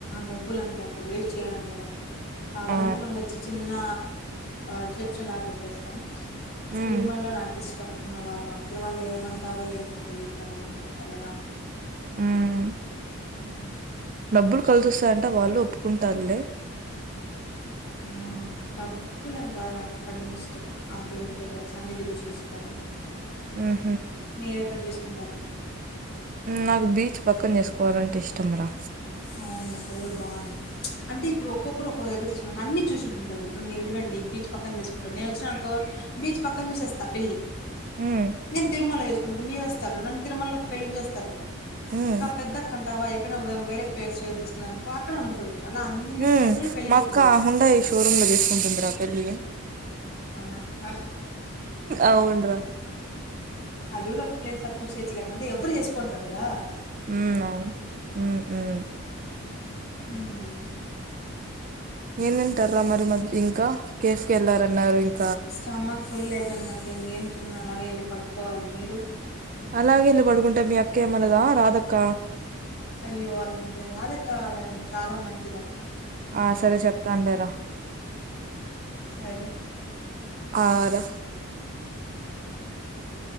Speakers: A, on the left; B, on the right.
A: డబ్బులు అంతా అట్లా వేస్ట్ చేయాలని లేదాక్క కావాలంటే
B: ఆ
A: మళ్ళ వచ్చి చిన్న రిసెప్షన్ లాగా పెట్టేస్తాం
B: హ్మ్
A: తిరుమలలో నాకు ఇష్టం ఇంగ వాళ్ళు అవతల వాళ్ళు ఏమంటారో ఏమో తెలిదు కదా మనకు వాల్ ఎలా ఉంటారు
B: ఉహ్
A: హ్
B: డబ్బులు కలుసొస్తాయంటే వాళ్ళు ఒప్పుకుంటారులే
A: ఆ! డబ్బులని కాదు నాకు అక్కడ ఫస్ట్ ఆ దేవుడి దగ్గర సన్నిధిలో చేసుకోవాలి
B: హుహు.
A: మీరెక్కడ చేసుకుంటారు అక్క
B: నాకు బీచ్ పక్కన చేసుకోవాలంటే ఇష్టం రా
A: అవునులెక్క అది కూడా బాగుంటుంది అంటే ఇప్పు ఒక్కొక్కరుక్కొక్క దగ్గర తీసుకు అన్ని చూ ఉంటది ఇప్పుడు మీరు చూడండి బీచ్ పక్కన చేసుకుంటారు నేను వచ్చానుకో బీచ్ పక్కన చూసేస్త పెళ్ళి
B: హ్మ్.
A: నేను తిరుమల చేసుకున్నా అక్క మీరు వస్తారు నన్ను తిరుమలలో పెళ్లి చేస్తారు
B: హ్మ్.
A: ఇంకా పెద్ద కంటావా ఎక్కడ వేరే ప్లేస్ చేసేసుకుందనుకో అక్కడ మనం చూడం అలా అన్ని
B: హ్మ్.
A: ప్లేస్లల్లో పెళ్ళిలు
B: మా అక్క
A: చూసేయొచ్చూ
B: హుండాయ్ షోరూమ్‌లో జేసుకుంటుందిరా పెళ్లి.
A: అక్కా
B: అవునురా
A: అది కూడా ఒక ప్లేస్ కదా చూసేచ్చలేకంటే ఎవ్వరు చేసుకోంటారు కదా
B: హు అవును ఉమ్ ఉ
A: హ్మ్
B: ఎంతింటర్ మరి మద్ ఇంకా కేఫ్ కెల్లార్ అన్నారు ఇంక
A: స్టామక్ ఫుల్ అయిపోయింది నాక ఇంకేం తినని అలాగేవెళ్ళి పడుకోవాలి మీరు
B: అలాగే ఎల్లి పడుకుంటె మీ అక్క ఏమన్నదా రాధక్క
A: అయ్యో అలాంటిదేని రాదక్క అలా చాలా మంచిది అక్క
B: ఆ సరే చెప్తాను లేరా
A: సరే
B: ఆ రా